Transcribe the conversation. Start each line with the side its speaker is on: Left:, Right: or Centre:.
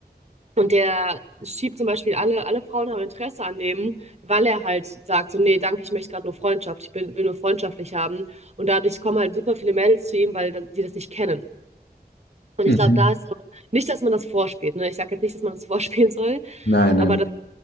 Right: Und der schiebt zum Beispiel alle, alle Frauen haben Interesse an dem, weil er halt sagt, so, nee, danke, ich möchte gerade nur Freundschaft, ich bin, will nur freundschaftlich haben. Und dadurch kommen halt super viele Mädels zu ihm, weil da- die das nicht kennen. Und
Left: Mhm.
Right: ich glaube, da ist auch nicht, dass man das vorspielt, ne? Ich sage jetzt nicht, dass man das <laughs> vorspielen soll,
Left: Nein,
Right: aber
Left: nein,